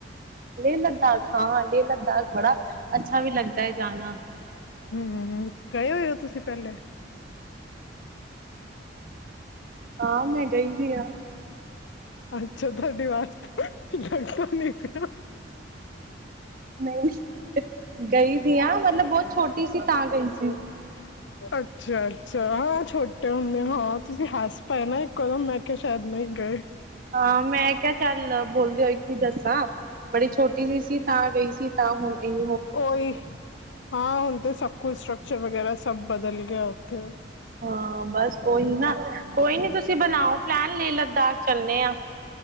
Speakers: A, on the right (about 50°); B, on the left (about 75°).
A: ਲੇਹ ਲਦਾਖ ਹਾਂ ਲੇਹ ਲਦਾਖ ਬੜਾ ਅੱਛਾ ਵੀ ਲੱਗਦਾ ਹੈ ਜਾਣਾ।
B: ਹਮ ਗਏ ਹੋਏ ਹੋ ਤੁਸੀਂ ਪਹਿਲੇ।
A: ਹਾਂ ਮੈਂ ਗਈ ਦੀ ਹਾਂ।
B: ਅੱਛਾ ਤੁਹਾਡੀ ਆਵਾਜ਼ <inaudible>
A: ਨਹੀਂ ਨਹੀਂ ਗਈ ਦੀ ਆ ਮਤਲਬ ਬਹੁਤ ਛੋਟੀ ਸੀ ਤਾਂ ਗਈ ਸੀ।
B: ਅੱਛਾ ਅੱਛਾ ਹਾਂ ਛੋਟੇ ਹੁੰਦੇ, ਹਾਂ ਤੁਸੀਂ ਹੱਸ ਪਾਏ ਨਾ ਇੱਕੋ ਦਮ ਮੈਂ ਕਿਹਾ ਸ਼ਾਇਦ ਨਹੀਂ ਗਏ।
A: ਹਾਂ, ਮੈਂ ਕਿਆ ਚੱਲ ਬੋਲਦੇ ਹੋਏ ਕੀ ਦੱਸਾਂ, ਬੜੀ ਛੋਟੀ ਜੀ ਸੀ ਤਾਂ ਗਈ ਸੀ। ਤਾਂ ਹੁਣ ਅਈਔ
B: ਓਈ ਹਾਂ ਹੁਣ ਤੇ ਸਭ ਕੁਛ ਸਟ੍ਰਕਚਰ ਵਗੈਰਾ ਸਭ ਬਦਲ ਗਿਐ ਓਥੇ।
A: ਹਾਂ, ਬਸ ਓਹੀ ਨਾ, ਕੋਈ ਨੀ ਤੁਸੀਂ ਬਣਾਓ ਪਲੈਨ ਲੇਹ ਲਦਾਖ ਚੱਲਣੇ ਆਂ।